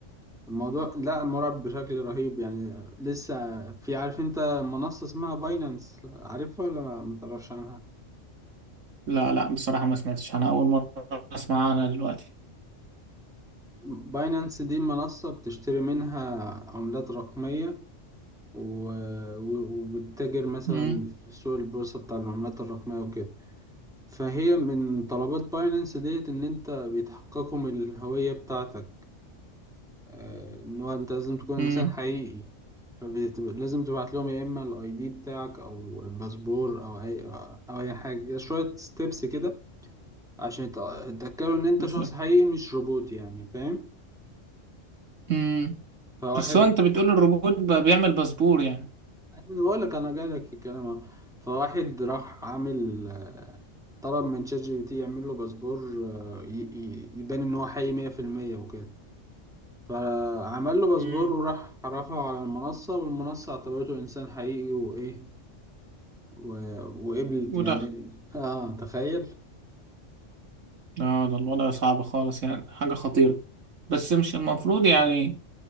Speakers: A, in the centre; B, on the right.
A: الموضوع لا مرعب بشكل رهيب يعني لسه في عارف انت منصة اسمها باينانس عارفها ولا ما ما تعرفش عنها
B: لا لا بصراحة ما سمعتش أنا أول مرة أسمع عنها دلوقتي
A: باينانس دي منصة بتشتري منها عملات رقمية و... و- وبتتاجر مثلا
B: امم
A: في سوق البورصة بتاع العملات الرقمية وكده فهي من طلبات باينانس ديت ان انت بيتحققوا من الهوية بتاعتك آه، ان هو انت لازم تكون
B: امم
A: انسان حقيقي فلازم تبعت لهم يا اما الاي دي بتاعك او الباسبور او اي او اي حاجة شوية ستيبس كده عشان يتأ- يتأكدوا ان انت
B: بالظبط
A: شخص حقيقي مش روبوت يعني فاهم
B: امم
A: فواحد
B: بس هو أنت بتقول الروبوت بقى بيعمل باسبور يعني
A: انا بقول لك انا جاي لك في الكلام اهو فواحد راح عامل آه، طلب من شات جي بي تي يعمل له باسبور آه، ي- ي- يبان ان هو حقيقي 100% وكده فعمل له باسبور
B: امم
A: وراح رفعه على المنصة والمنصة اعتبرته إنسان حقيقي وإيه و... وقبلت
B: ودخل
A: يعني آه تخيل
B: لا ده الوضع صعب خالص يعني حاجة خطيرة بس مش المفروض يعني